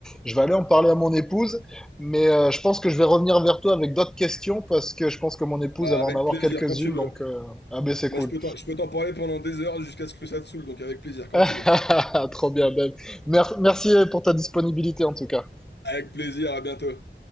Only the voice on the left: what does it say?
bah
avec
plaisir
quand tu veux.
Moi, je peux t'en, je peux t'en parler pendant des heures jusqu'à ce que ça te saoule. Donc avec plaisir quand
tu veux.
Avec plaisir, à bientôt.